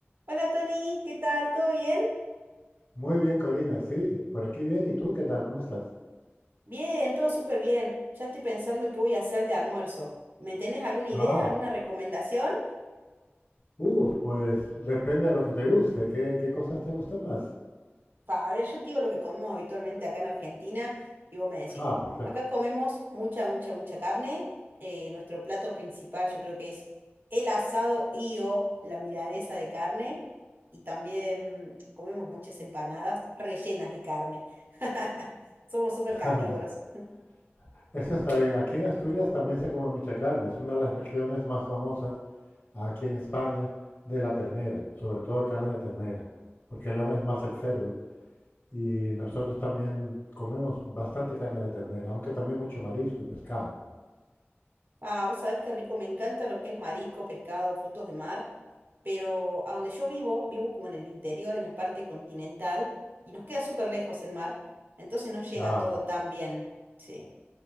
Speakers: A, on the right; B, on the left.
A: Hola Tony, ¿qué tal? ¿Todo bien?
B: Muy bien, Corina, sí, por aquí bien. ¿Y tú qué tal? ¿Cómo estás?
A: Bien, todo súper bien. Ya estoy pensando qué voy a hacer de almuerzo. ¿Me tenés alguna idea,
B: Ah,
A: alguna recomendación?
B: uff, pues depende de lo que te guste. ¿Qué, qué cosas te gustan más?
A: Pa, a ver, yo te digo lo que comemos habitualmente acá en Argentina y vos me decís.
B: Ah, perfecto.
A: Acá comemos mucha, mucha, mucha carne. Eh, nuestro plato principal yo creo que es el asado y o la milanesa de carne. Y también comemos muchas empanadas rellenas de carne. <laughs> Somos súper
B: <laughs>
A: carnívoros.
B: Eso está bien. Aquí en Asturias también se come mucha carne. Es una de las regiones más famosas aquí en España de la ternera, sobre todo carne de ternera, porque León es más el cerdo. Y nosotros también comemos bastante carne de ternera, aunque también mucho marisco y pescado.
A: Ah, vos sabés qué rico, me encanta lo que es marisco, pescado, frutos de mar, pero a donde yo vivo, vivo como en el interior, en la parte continental, y nos queda súper lejos el mar, entonces no llega
B: Ah.
A: todo tan bien. Sí,